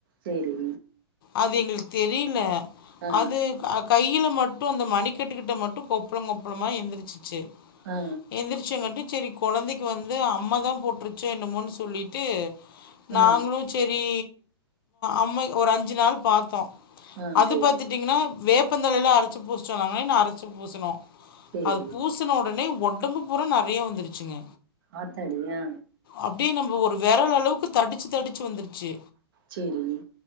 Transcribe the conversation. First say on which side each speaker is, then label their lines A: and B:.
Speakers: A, on the right; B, on the left.
A: சரி.
B: அது எங்குளுக்கு தெரியல
A: ஆ.
B: அது கா கையில மட்டு அந்த மணிக்கட்டுக்கிட்ட மட்டு கொப்பளம் கொப்பளமா எழுந்திரச்சிச்சு
A: ஆ. ஆ.
B: எந்திரிச்ச மட்டு செரி கொழந்தைக்கு வந்து அம்மா தா போட்டுருச்சோ என்னமோன்னு சொல்லிட்டு நாங்களு
A: ஆ. ஆ.
B: செரி அம்மை ஒரு அஞ்சு நாள் பாத்தோ
A: ஆ.
B: அது
A: சரி,
B: பாத்துட்டீங்கனா வேப்பந்தலையெல்லா அரைச்சி பூஸ்சொன்னாங்களேன்னு அரைச்சி பூசணோ
A: சரி.
B: அது பூசன உடனே உடம்பு பூற நெறையா வந்துருச்சுங்க
A: ஆத்தடியா
B: அப்டியே நம்ம ஒரு விரல அளவுக்கு தடிச்சு தடிச்சு வந்துருச்சி
A: செரி